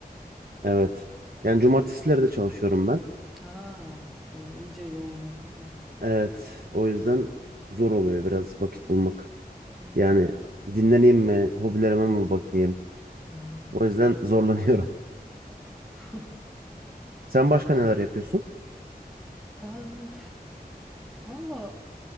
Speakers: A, on the right; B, in the centre.
A: evet. Yani cumartesileri de çalışıyorum ben.
B: Ha, o iyice yoğun hakikaten.
A: Evet, o yüzden zor oluyor biraz vakit bulmak.
B: An
A: Yani dinleneyim mi, hobilerime mi bakayım?
B: Hı hı.
A: O yüzden <laughs> zorlanıyorum.
B: Of!
A: Sen başka neler yapıyorsun?
B: Ben valla